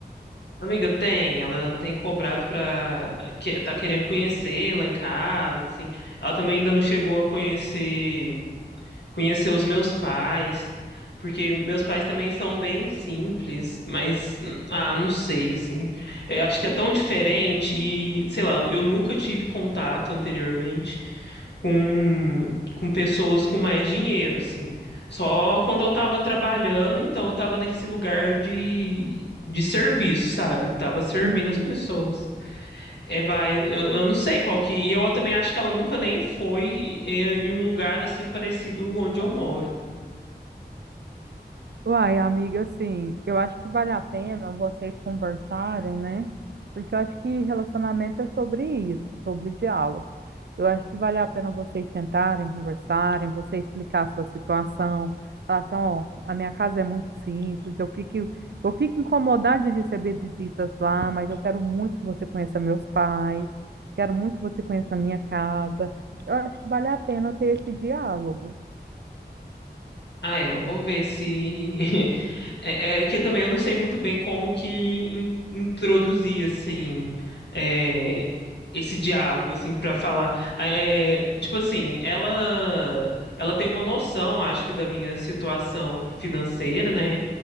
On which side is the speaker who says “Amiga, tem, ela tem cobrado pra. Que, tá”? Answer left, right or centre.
Left